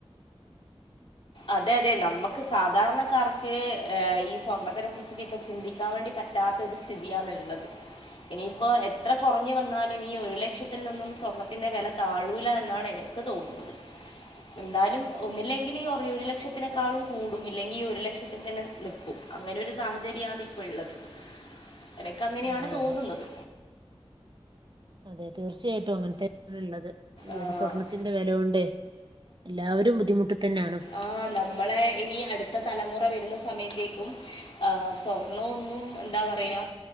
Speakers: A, on the left (about 70°); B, on the right (about 50°).
A: അതെ അതെ നമ്മക്ക് സാധാരണക്കാർക്കെ ഏഹ് ഈ സ്വർണത്തിനെക്കെ ഇപ്പ ചിന്തിക്കാൻ വേണ്ടി പറ്റാത്തൊരു സ്ഥിതിയാണ്ള്ളത്. എനിയിപ്പം എത്ര കൊറഞ്ഞ് വന്നാലും ഈ ഒരു ലക്ഷത്തിൽ നിന്നൊന്നും സ്വർണ്ണത്തിന്റെ വെല താഴൂലാ എന്നാണ് എനിക്ക് തോന്നുന്നത് എന്തായാലും ഒന്നില്ലെങ്കിൽ ഈ ഒ ഇപ്പ ഇ ഈഒരു ലക്ഷത്തിനേക്കാളും കൂടും ഇല്ലെങ്കി ഈ ഒരു ലക്ഷത്തി തന്നെ നിക്കും അങ്ങനെ ഒരു സാഹചര്യാണ് ഇപ്പള്ളത്. എനക്കങ്ങനെയാണ്
B: അതെ
A: തോന്നുന്നത്.
B: അതെ അതെ തീർച്ചയായിട്ടും അങ്ങനെത്തെന്നെയാ ഇള്ളത് ഈ
A: ആഹ്
B: ഒരു സ്വർണ്ണിത്തിന്റെ വെല കൊണ്ടേ എല്ലാവരും ബുദ്ധിമുട്ട് തന്നെയാണ്.
A: ആഹ് നമ്മളെ ഇനി അടുത്ത തലമുറ വരുന്ന സമയത്തേക്കും ആഹ് സ്വർണ്ണവൊന്നും എന്താ പറയാ